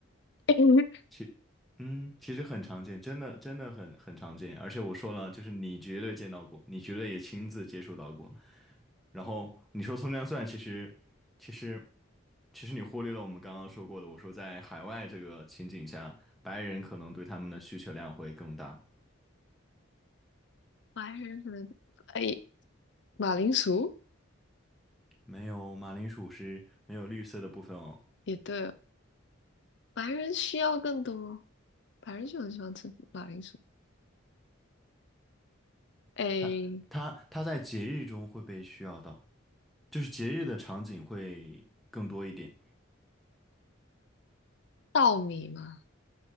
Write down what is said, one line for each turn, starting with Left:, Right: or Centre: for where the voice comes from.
Left: <laughs>
Centre: 其，嗯，其实很常见，真的真的很很常见。而且我说了，就是你绝对见到过，你绝对也亲自接触到过。然后你说葱姜蒜，其实其实其实你忽略了我们刚刚说过的，我说在海外这个情景下，白人可能对他们的需求量会更大。
Left: 白人可能哎，马铃薯
Centre: 没有，马铃薯是没有绿色的部分哦。
Left: 也对哦，白人需要更多，白人就很喜欢吃马铃薯。哎，
Centre: 它它它在节日中会被需要到，就是节日的场景会更多一点。
Left: 稻米嘛。